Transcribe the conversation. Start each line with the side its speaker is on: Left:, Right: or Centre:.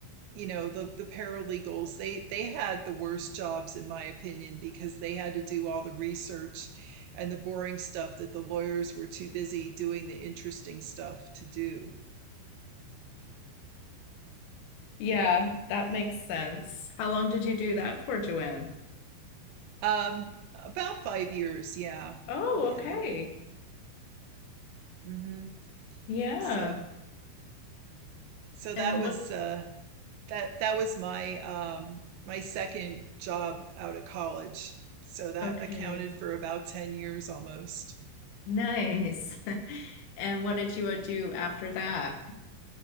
Right: you know the the paralegals they they had the worst jobs in my opinion because they had to do all the research and the boring stuff that the lawyers were too busy doing the interesting stuff to do
Left: Yeah, that makes sense. How long did you do that for, Joanne?
Right: um about 5 years yeah
Left: Oh,
Right: yeah
Left: okay.
Right: mhm
Left: Yeah.
Right: so so that
Left: And
Right: was
Left: what?
Right: uh that that was my um my second job out of college so that
Left: Okay.
Right: accounted for about 10 years almost
Left: Nice. <laughs> And what did you uh, do after that?